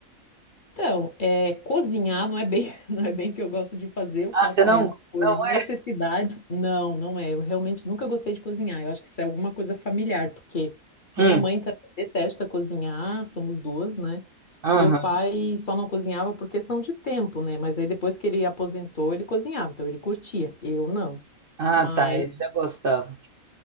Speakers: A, on the left; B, on the right.
A: Então, é, cozinhar não é bem, <laughs> não é bem que eu gosto de fazer, eu
B: Ah,
A: faço
B: você não?
A: mesmo por
B: Não
A: necessidade.
B: é?
A: Não, não é. Eu realmente nunca gostei de cozinhar. Eu acho que isso é alguma coisa familiar, porque
B: Hum,
A: minha mãe também detesta cozinhar, somos duas, né?
B: aham.
A: Meu pai só não cozinhava por questão de tempo, né? Mas aí depois que ele aposentou, ele cozinhava, então ele curtia. Eu não.
B: Ah,
A: Mas
B: tá, ele já gostava.